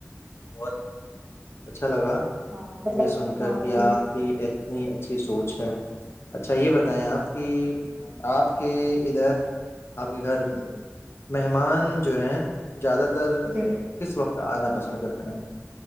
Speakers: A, on the left (about 55°); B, on the right (about 35°).
A: بہت اچھا لگا
B: ہاں مطلب
A: یہ سن کر
B: ہاں
A: کہ آپ
B: یہ
A: کی اتنی اچھی سوچ ہے اچھا یہ بتائیں آپ کی آپ کے ادھر آپ کے گھر میں
B: جی
A: مہمان جو ہیں زیادہ ت تو
B: جی
A: کس وقت آنا پسند کرتے ہیں